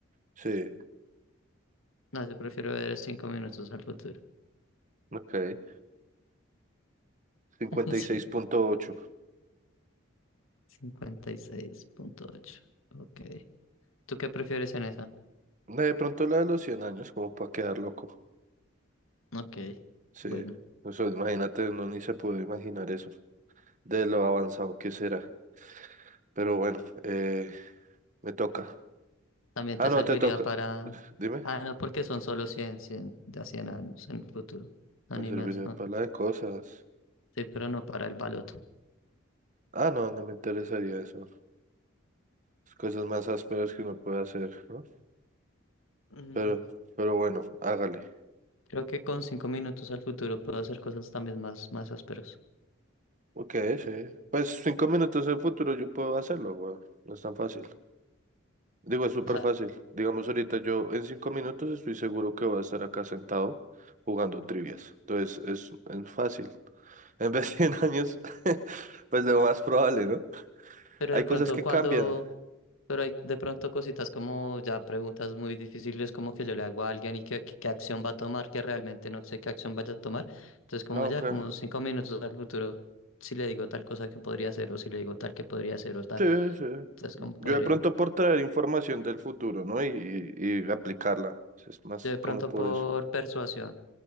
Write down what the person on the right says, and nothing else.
Sí,
ok. 56.8.
No, De pronto la de los 100 años, como para quedar loco.
Sí,
eso, imagínate, uno ni se puede imaginar eso, de lo avanzado que será. Pero bueno, eh, me toca.
Ah,
no,
te toca.
Dime,
me
serviría
para la de cosas.
Ah, no, no me interesaría eso. Las Cosas más ásperas que uno puede hacer, ¿no?
Pero, pero bueno, hágale.
Ok, sí. Pues cinco minutos en futuro yo puedo hacerlo, weón. No es tan fácil. Digo, es súper
fácil. Digamos, ahorita yo en cinco minutos estoy seguro que voy a estar acá sentado jugando trivias. Entonces, es, es fácil. <laughs> En vez de en años, <laughs> pues lo más probable, ¿no?
Hay
cosas que
cambian.
No,
ok.
Sí, sí.
Yo de pronto por traer información del futuro, ¿no? Y, y, y aplicarla. Es más
como por
eso.